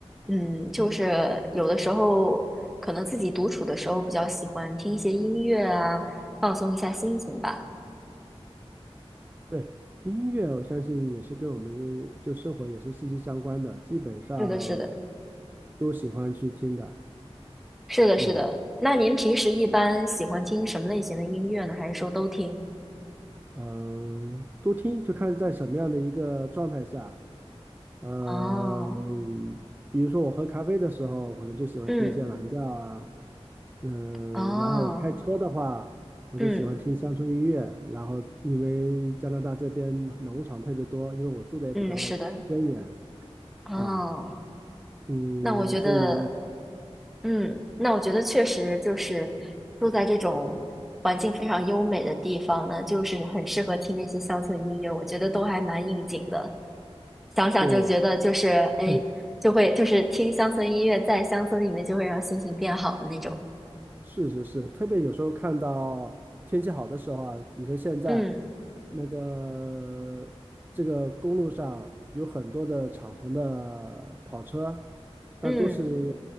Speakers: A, in the centre; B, on the right.
A: 嗯，就是有的时候可能自己独处的时候比较喜欢听一些音乐啊，放松一下心情吧。
B: 对，音乐我相信也是跟我们的就生活也是息息相关的，基本上
A: 是的，是的，
B: 都喜欢去听的。
A: 是的，是的。
B: 嗯
A: 那您平时一般喜欢听什么类型的音乐呢？还是说都听？
B: 嗯，呃多听就看在什么样的一个状态下。呃，
A: 哦，
B: 比如说我喝咖啡的时候，我可能就喜欢听一些蓝调啊，
A: 嗯，
B: 嗯，
A: 哦，
B: 然后我开车的话，我就喜欢听乡村音乐。
A: 嗯
B: 然后因为加拿大这边农场特别多，因为我住的也比较偏远
A: 嗯，是的，哦。
B: 啊，嗯，
A: 那我觉得，
B: 所以
A: 嗯，那我觉得确实就是住在这种环境非常优美的地方呢，就是很适合听那些乡村音乐，我觉得都还蛮应景的。想想就觉得就是哎，
B: 对 <laughs>。
A: 就会就是听乡村音乐，在乡村里面就会让心情变好的那种。
B: 是是是，特别有时候看到天气好的时候啊，比如说现在
A: 嗯
B: 那个这个公路上有很多的敞篷的跑车，但都是
A: 嗯，